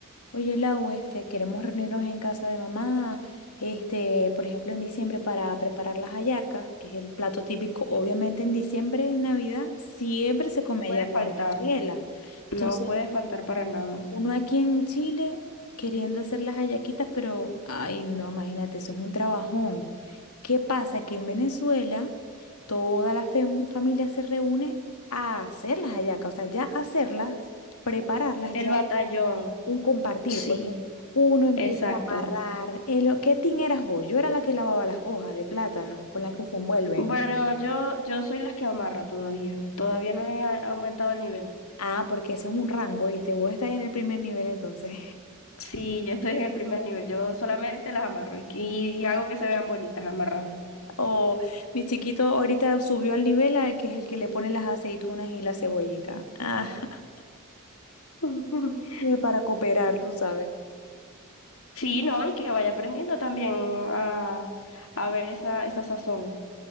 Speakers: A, on the left; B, on the left.
A: oye Lau, este, queremos reunirnos en casa de mamá, este, por ejemplo, en diciembre para preparar las hallacas, que es el plato típico, obviamente en diciembre, en Navidad, siempre se come
B: Puede
A: hallaca
B: faltar,
A: en Venezuela. Entonces,
B: no puede faltar para nada.
A: Uno aquí en Chile queriendo hacer las hallaquitas, pero, ay, no, imagínate, eso es un trabajón. ¿Qué pasa? Que en Venezuela toda la fem- familia se reúne a hacer las hallacas, o sea, ya hacerlas, prepararlas,
B: El
A: ya
B: batallón,
A: un compartir.
B: sí,
A: Pues uno empieza
B: exacto.
A: a amarrar. El, ¿qué tin eras vos? Yo era la que lavaba las hojas de plátano con las que se envuelven.
B: Bueno, yo, yo soy las que amarra todavía, todavía no he a- aumentado el nivel.
A: Ah, porque ese es un rango y este vos estás en el primer nivel entonces.
B: Sí, yo estoy en el primer nivel, yo solamente las amarro y, y hago que se vean bonitas amarradas.
A: O mi chiquito ahorita subió al nivel al que es el que le pone las aceitunas y la cebollita. <laughs> Ajá.
B: <laughs>
A: Y para cooperar, tú sabes.
B: Sí, no, y que vaya aprendiendo también a, a ver esa, esa sazón.